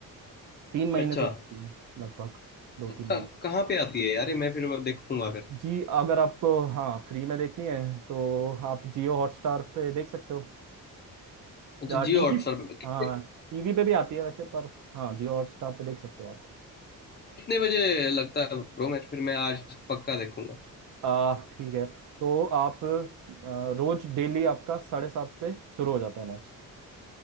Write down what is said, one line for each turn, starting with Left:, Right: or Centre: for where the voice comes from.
Right: तीन महीने
Left: अच्छा
Right: तो चलती है लगभग दो
Left: तो
Right: तीन महीने
Left: कहाँ कहाँ पे आती है यार ये मैं फिर वो देखूंगा फिर
Right: जी अगर आपको हाँ फ्री में देखनी है तो आप जियो हॉटस्टार पे देख सकते हो
Left: अच्छा
Right: या
Left: जियो
Right: टीवी
Left: हॉटस्टार पे कितने
Right: हाँ टीवी पे भी आती है वैसे पर हाँ जियो हॉटस्टार पे देख सकते हो आप
Left: कितने बजे लगता है ब्रो मैच फिर मैं आज पक्का देखूंगा
Right: आ ठीक है तो आप आ, रोज डेली आपका साढ़े सात पे शुरू हो जाता है मैच